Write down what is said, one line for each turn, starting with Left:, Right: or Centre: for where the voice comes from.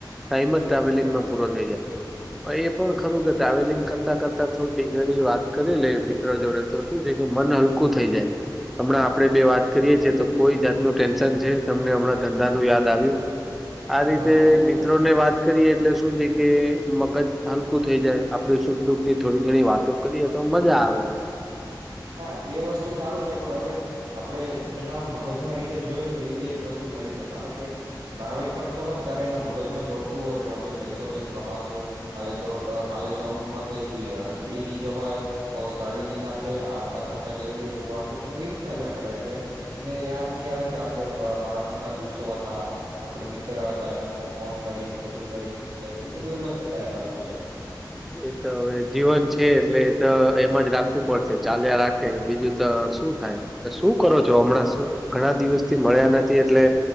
Centre: ટાઈમ જ ટ્રાવેલિંગમાં પૂરો થઈ જાય. હવે એ પણ ખરું કે ટ્રાવેલિંગ કરતા કરતા થોડી બે ઘડી વાત કરી લે મિત્ર જોડે તો શું છે કે મન હલકું થઈ જાય. હમણાં આપડે બે વાત કરીએ છીએ તો કોઈ જાતનું ટેન્શન છે તમને હમણાં ધંધા નું યાદ આવ્યું? આ રીતે
Right: ના ના એ તો
Centre: મિત્રો ને વાત કરીએ એટલે શું છે કે મગજ હલકું થઈ જાય આપડ સુખ દુઃખની થોડી ઘણી વાતો કરીએ તો મજા આવે
Right: હા એ વસ્તુ સારું છે પણ હવે આપણેે એના મગજના રીતે જોય ને તો એ બી એક વસ્તુ સારી છે કારણ કે એ ટ્રાવેલ કરતો હોય ને ત્યારે એના મગજમાં દોડતું હોય કે હવે પૈસો કેમ કમાશું કાલે દોડ કાલે જોબ માંથી નીકળી નહી જવાય બોસ કાઢી નહી નાખે કે આવતા ખર્ચા કેવી રીતે ઉપાડશું એનું એ ચાલ્યા કરે એટલે એને યાદ નહી આવે કે આપડે બાળપણના દિવસો હતા આપણે મિત્ર હતા એને ફોન કરીને બધું કરી એટલે એ બધું એમ જ ચાલ્યા કરતું છે.
Centre: એ તો હવે જીવન છે એટલે એ તો એમાં જ રાખવું પડશે. ચાલ્યા રાખે બીજું તો શું થાય શું કરો છો હમણાં ઘણા દિવસ થી મળ્યા નથી એટલે